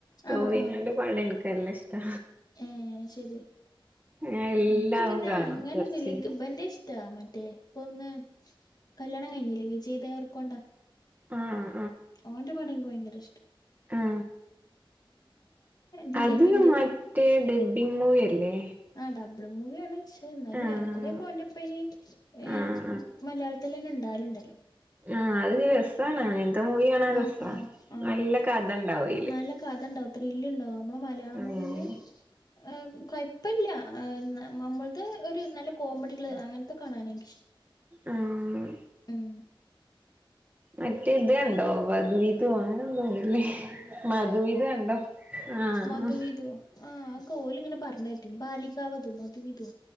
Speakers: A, on the right; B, on the left.
A: ടൊവീനോന്റെ
B: ആഹ് ആഹ്
A: പടം എനിക്ക് നല്ല ഇഷ്ടാ
B: ഏഹ് ശരി
A: ഞാൻ എല്ലാതും
B: എക്ക് പിന്നെ
A: കാണും
B: അങ്ങനെ
A: സെർച്ച്
B: ഒന്നൂല്ല
A: ചെയ്യ
B: എനക്ക് ഇവന്റേ ഇഷ് ടാ മറ്റേ ഇപ്പൊ ഒന്ന് കല്യാണം കഴിഞ്ഞില്ലേ വിജയ് ദേവർക്കൊണ്ടാ
A: ആഹ്
B: ഓന്റെ പടം എനിക്ക് ഭയങ്കര ഇഷ്ടാ
A: ആ
B: ദിലീപിന്റെ
A: ആ അത് മ റ്റേ ഡബ്ബിങ് മൂവി അല്ലേ
B: ആ ഡബിള് മൂവിയാണ് പക്ഷെ എന്നാലും
A: ആഹ്
B: ഏറെക്കുറേക്കെ ഓന്റെ ഇപ്പനി ഏഹ്
A: ആഹ്
B: മലയാളത്തില്ന്നെ ഉണ്ടാവലുണ്ടല്ലോ
A: ആ അത് രസണ് അങ്ങനത്തെ മൂവി കാണാൻ
B: ആഹ്
A: രസമാ
B: ആഹ് ആഹ്
A: നല്ല കഥ ഉണ്ടാവും അയില്
B: നല്ല കഥ ഉണ്ടാവും ത്രില്ല് ഉണ്ടാവും നമ്മള് മലയാളം
A: ഉം
B: മൂവീന്റെ ആഹ് കൊയപ്പവില്ല നമ്മളടത് ഒരു നല്ല കോമഡികള് അങ്ങനത്തെ കാണാനെനിക്ക്
A: ഉം
B: ഉം
A: മറ്റേ ഇത് കണ്ടോ മധുവിധു അങ്ങനെ എന്തോ അല്ലെ മധുവിധു കണ്ടോ ആഹ്
B: മധുവിധു ആഹ് ഓല് ഇങ്ങനെ പറഞ്ഞ കേട്ടിനു ബാലികാവധു മധുവിധു